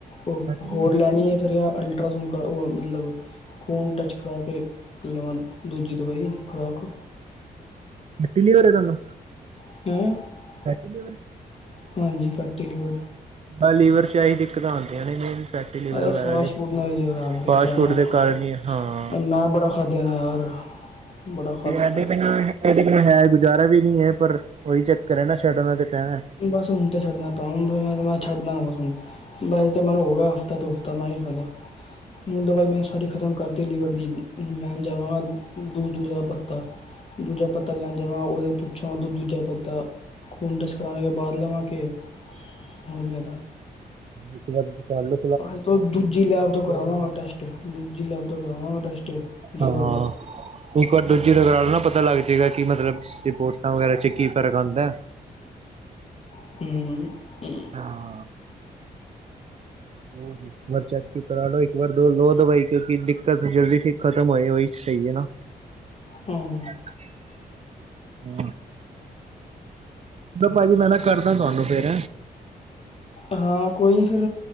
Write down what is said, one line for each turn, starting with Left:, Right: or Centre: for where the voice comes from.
Left: ਉਹ
Right: ਫੈਟੀ ਲੀਵਰ
Left: ਹੋਰ
Right: ਦੀ
Left: ਲੈਣੀ ਹੈ ਫਿਰ ਯ ਅਲਟਰਾਸਾਊਂਡ ਕਰਾ ਉਹ ਮਤਲਬ ਖੂਨ ਟਚ ਕਰ ਕੇ ਲਵਾਂ ਦੂਜੀ ਦਵਾਈ ਖੁਰਾਕ
Right: ਫੈਟੀ ਲੀਵਰ ਐ ਤੁਆਨੂੰ
Left: <unintelligible>
Right: ਫੈਟੀ ਲਿਵਰ।
Left: ਹਾਂਜੀ, ਫੈਟੀ ਲੀਵਰ
Right: ਐ ਲੀਵਰ ਚ ਏਹੀ ਦਿਕਤਾਂ ਆਂਦੀਆ ਨੇ ਮੇਨ ਫੈਟੀ ਲੀਵਰ
Left: ਅਰੇ
Right: ਵਗੈਰਾ
Left: ਫਾਸਟ
Right: ਦੀ
Left: ਫੂਡ ਨਾਈ ਆਰਾਮ ਕੀਤਾ
Right: ਫਾਸਟ ਫੂਡ
Left: ਨਾ
Right: ਦੇ
Left: ਖਾਓ,
Right: ਕਾਰਨ ਹੀ ਹਾਂ
Left: ਮੈਂ ਬੜਾ ਖਾਧੇ ਨੇ ਯਾਰ ਬੜਾ ਖਾਧਾ
Right: ਦਿ ਇਹਦੇ
Left: ਮੈਂ
Right: ਬਿਨਾਂ, ਇਹਦੇ ਬਿਨਾ ਹੈ ਗੁਜ਼ਾਰਾ ਵੀ ਨੀ ਐ ਪਰ ਉਹੀ ਚੱਕਰ ਐ ਨਾ ਛੱਡਣਾ ਤੇ ਪੈਣਾ
Left: ਬਸ ਹੁਨ ਤੇ ਛੱਡਦਾ ਟ <unintelligible> ਮੈਂ ਛੱਡਦਾ ਬਸ ਹੁਣ ਵੈਸੇ ਤਾਂ ਮੈਨੂੰ ਹੋ ਗਿਆ ਹਫ਼ਤਾ ਤੋਂ ਹਫ਼ਤਾ ਮੈਂ ਨ ਖਾਦਾ ਹੁਣ ਦਵਾਈ ਮੈਂ ਸਾਰੀ ਖ਼ਤਮ ਕਰਦੀ ਲੀਵਰ ਦੀ ਲੈਣ ਜਾਵਾਂਗਾ ਦੂਸ ਦੂਸਰਾ ਪੱਤਾ ਦੂਜਾ ਪੱਤਾ ਲੈਣ ਜਾਵਾਂ ਉਹਦੇ ਪੁੱਛੋਂ ਦੂਜਾ ਪੱਤਾ ਖੂਨ ਟੈਸਟ ਕਰਾਨੇ ਕੇ ਬਾਅਦ ਲਵਾਂ ਕੇ ਹੁਨ ਲੈਲਾ
Right: ਇੱਕ ਵਾਰੀ ਦੁਕਾਨ ਲ
Left: ਅ ਦੂਜੀ ਲੈਬ ਤੋਂ ਕਰਾਵਾਂਗਾ ਟੈਸਟ ਦੂਜੀ ਲੈਬ ਤੋਂ ਕਰਾਵਾਂਗਾ ਟੈਸਟ ਲੀਵਰ
Right: ਹਾਂ
Left: ਦਾ
Right: ਇੱਕ ਵਾਰ ਦੂਜੀ ਦੁਕਾਰ ਨਾ ਪਤਾ ਲੱਗ ਜਾਏਗਾ ਕਿ ਮਤਲਬ ਸਪੋਰਟਾਂ ਵਗੈਰਾ ਚ ਕੀ ਫ਼ਰਕ ਆਉਂਦਾ
Left: <inaudible>
Right: ਹਾਂ ਹੋਰ ਜੀ ਵਾਰ ਚੈੱਕ ਚੁੱਕ ਕਰਾ ਲਓ ਇੱਕ ਵਾਰ ਦੋ ਲਓ ਦਵਾਈ ਕਿਉਂਕਿ ਦਿੱਕਤ ਜਲਦੀ ਠੀਕ ਖਤਮ ਹੋਏ ਉਹੀ ਸਹੀ ਹੈ ਨਾ
Left: ਹਮ
Right: <inaudible> ਪਾਜੀ ਮੈਂ ਨਾ ਕਰਦਾ ਤੁਹਾਨੂੰ ਫੇਰ
Left: ਹਾਂ ਕੋਈ ਨਹੀਂ ਫਿਰ